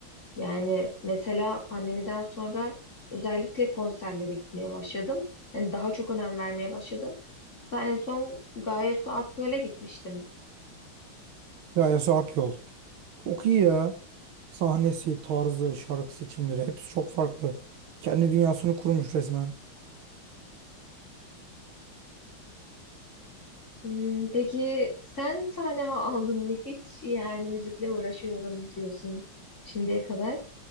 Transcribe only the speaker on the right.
Ya Gayesi Akyol. Çok iyi ya. Sahnesi, tarzı, şarkı seçimleri hepsi çok farklı. Kendi dünyasını kurmuş resmen.